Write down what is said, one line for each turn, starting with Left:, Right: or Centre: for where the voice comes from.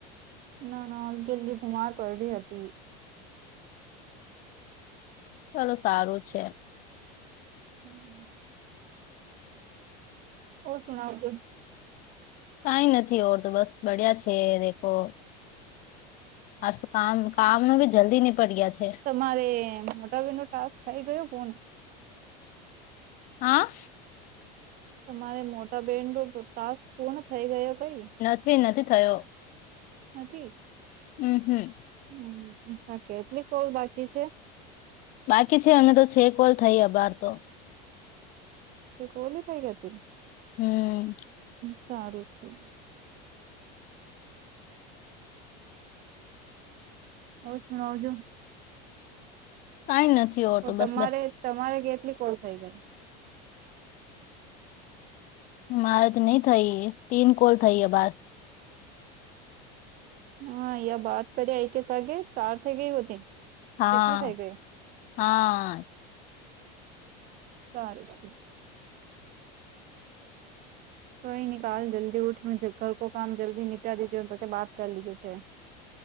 Right: ના ના હલકી હલકી બીમાર પડહી હતી.
Left: ચાલો સારું છે.
Right: હમ ઓ સુણવ છું
Left: કઈ નથી ઓર તો બસ બડિયા છે દેખો. આજ તો કામ કામ નો બી જલ્દી નિપટ ગયાં છે.
Right: તમારે મોટા બેન ટાસ્ક થઈ ગયો કોની
Left: હા.
Right: તમારે મોટા બેન નો ટાસ્ક પૂર્ણ થઈ ગયો કઈ.
Left: નથી નથી થયો.
Right: નથી.
Left: હમ્મ.
Right: હમ્મ હા કેટલીક કોલ બાકી છે.
Left: બાકી છે અમે તો છે કોલ થઈયા બાર તો
Right: અચ્છા કોલ ભાઈ ગ તે
Left: હમ
Right: સારું છે ઓ સુનાઓ જો
Left: કાંય નથી. ઓર
Right: ઓ
Left: તો
Right: તમારે
Left: બસ બે
Right: તમારે કેટલી કોળ થ‌ઈ ગઈ.
Left: મારે તો ન‌ઉ થઈ તીન કોલ થઈ બાર.
Right: હા યે બાત કર્યા એ કે સાગે ચાર થ‌ઈ ગઈ હોતી.
Left: હા
Right: કેટલી થઇ ગઈ
Left: હા
Right: સારું છે કોઈ ન કાલ જલ્દી ઉઠ છે ઘર કો કામ જલ્દી નિપટા દેતો પછી બાત કરી લીજો છે.